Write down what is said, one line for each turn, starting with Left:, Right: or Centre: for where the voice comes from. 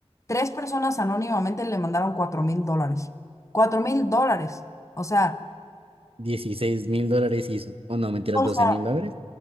Left: tres personas anónimamente le mandaron cuatro mil dólares. Cuatro mil dólares. O sea,
Right: 16 mil dólares hizo, o no, mentiras,
Left: o
Right: doce
Left: sea,
Right: mil dólares,